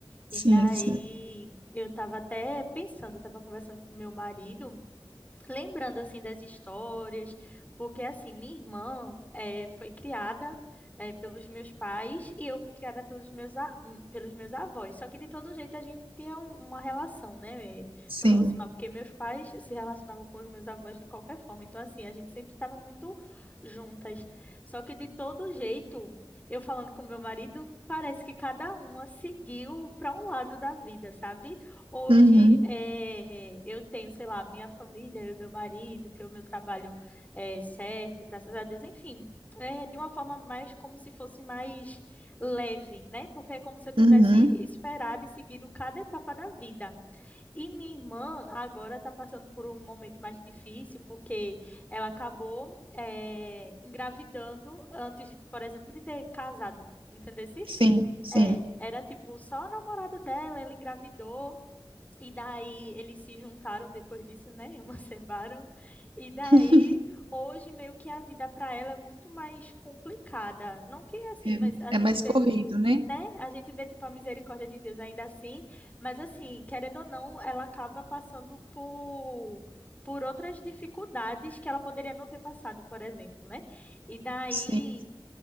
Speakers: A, on the right; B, on the left.
A: Sim,
B: E daí
A: sim,
B: eu tava até pensando, eu tava conversando com meu marido. lembrando assim das histórias, porque assim, minha irmã eh, foi criada eh, pelos meus pais e eu fui criada pelos meus, a- hum, pelos meus avós. Só que de todo jeito a gente tinha um- uma relação, né, eh,
A: sim.
B: próxima, porque meus pais se relacionavam com os meus avós de qualquer forma. Então assim, a gente sempre estava muito juntas. Só que de todo jeito, eu falando com meu marido, parece que cada uma seguiu para um lado da vida, sabe? Hoje
A: Uhum,
B: eh, eu tenho, sei lá, minha família, eu e meu marido, tenho meu trabalho eh, certo, graças a Deus, enfim, é de uma forma mais como se fosse mais leve, né? Porque é como se eu tivesse
A: uhum.
B: esperado e seguido cada etapa da vida. E minha irmã agora está passando por um momento mais difícil, porque ela acabou eh, engravidando antes, de, por exemplo, de ter casado. Entendesse?
A: Sim, sim.
B: É, era tipo só o namorado dela, ela engravidou. E daí eles se juntaram depois disso, né? <laughs> Emanciparam. E daí,
A: <laughs>
B: hoje meio que a vida para ela é muito mais complicada. Não que assim,
A: É,
B: mas a gente
A: é mais
B: vê,
A: corrido, né?
B: né? A gente vê tipo a misericórdia de Deus ainda assim, mas assim, querendo ou não, ela acaba passando por por outras dificuldades que ela poderia não ter passado, por exemplo, né? E daí
A: Sim,